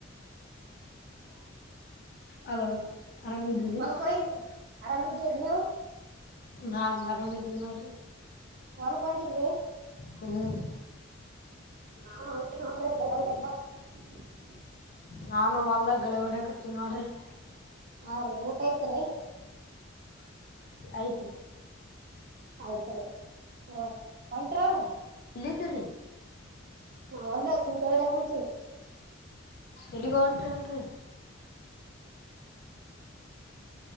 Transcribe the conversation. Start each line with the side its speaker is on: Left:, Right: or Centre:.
Left: ಹಲೋ ಆರಾಮಿದ್ದಿರಿ
Right: ಮ ಸ ಅರಾಮ ನೀವು <unintelligible>
Left: ನಾನ್ ಆರಾಮ ಇದಿದ್ದೀನೀ
Right: ಹೊಲಕ್ ಹೊಂಟಿರಿ
Left: ಹ್ಮ್
Right: ಹ್ತ <unintelligible>
Left: ನಾನು ಅಲ್ದ ಳೆ ಹೊಡಕತೀನ ನೋಡ್ರಿ <unintelligible>
Right: ಹಾ ರೀ ಊಟ ಐತ್ರಿ
Left: ಆಯ್ತ್ರಿ
Right: ಆಯ್ತ್ರಿ ಹಓ ಅಂಟ್ರ ಅವ್ರಿ
Left: ಲಿದ್ದರು
Right: ನಾವ್ ಒದ ಹಾಕ್ ಕುಂಟ ಹೊಡಾ ಕುಂತೀವ್ರಿ
Left: ಎಲಿಗೆ ಹೊಂಟ್ರಿ ಅಲ್ರಿ